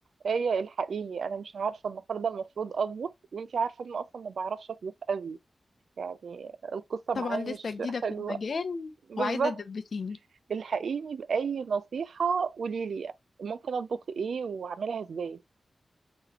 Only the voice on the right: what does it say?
ايه الحقيني انا مش عارفه النهارده المفروض اطبخ وانتي عارفه ان أنا اصلا ما بعرفش اطبخ قوي يعني القصه معايا
مش
حلوه
بالظبط
الحقيني باي نصيحه قولي لي ممكن اطبخ ايه واعملها ازاي